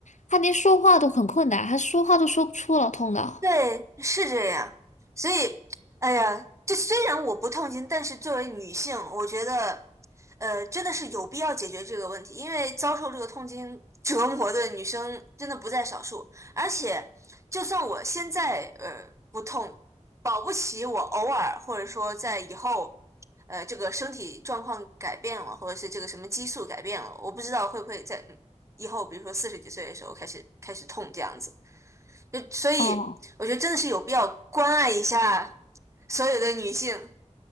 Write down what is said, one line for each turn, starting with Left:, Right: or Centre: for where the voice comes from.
Left: 他连说话都很困难，他说话都说不出了，痛的。
Right: 对，是这样。所以，哎呀，就虽然我不痛经，但是作为女性，我觉得，呃，真的是有必要解决这个问题，因为遭受这个痛经折磨的女生真的不在少数。而且，就算我现在呃不痛，保不齐我偶尔或者说在以后，呃，这个身体状况改变了，或者是这个什么激素改变了，我不知道会不会在以后，比如说四十几岁的时候开始开始痛这样子。就所以我觉得真的是有必要关爱一下
Left: 哦，
Right: 所有的女性，